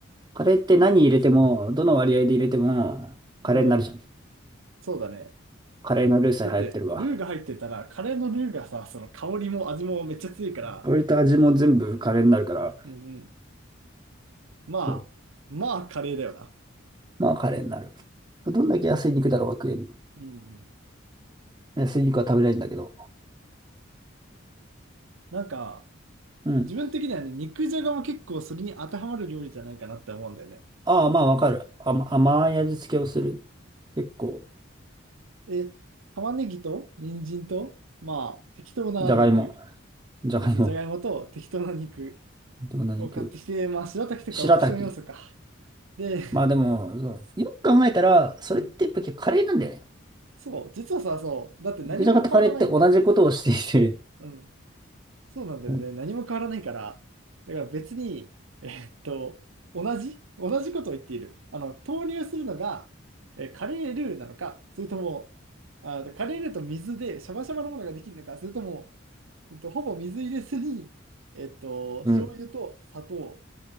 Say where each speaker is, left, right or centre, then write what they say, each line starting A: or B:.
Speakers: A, on the right; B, on the right.
A: カレーって何入れても、どの割合で入れても、カレーになるじゃん。
B: うんそうだね。
A: カレーのルーさえ流行ってるわ。
B: だって、ルーが入ってたら、カレーのルーがさ、その香りも味もめっちゃ強いから、
A: 割と味も全部カレーになるから、
B: うんうん。まあ、
A: そう
B: まあ、カレーだよな。
A: まあカレーになる。どんだけ安い肉だろうが食える。
B: うんうん。
A: 安い肉は食べれないんだけど。
B: なんか、
A: うん。
B: 自分的にはね、肉じゃがも結構それに当てはまる料理じゃないかなって思うんだよね。
A: ああ、まあわかる。甘甘い味付けをする。結構、
B: え、玉ねぎと、人参と、まあ、適当な肉。
A: じゃがいも。じゃがいも。
B: まずじゃがいもと適当な肉
A: <laughs> どんな肉
B: を買ってきて、まあ、白滝とかオプション要素か。
A: 白滝。
B: で、
A: まあでも、そうよく考えたら、それってやっぱ結構カレーなんだよね。
B: うん。そう、実はさ、そう、だって何も変わらないんだよ。
A: 肉じゃがとカレーって同じことをしていて、
B: うん。そうなんだよね。
A: うん
B: 何も変わらないから。だから別に、えーっと、同じ、同じことを言っている。あの、投入するのが、えーカレールーなのか、それとも、あ、カレールーと水でシャバシャバのものができるのか、それとも、えっと、ほぼ水入れずに、えっと、
A: うん。
B: 醤油と砂糖、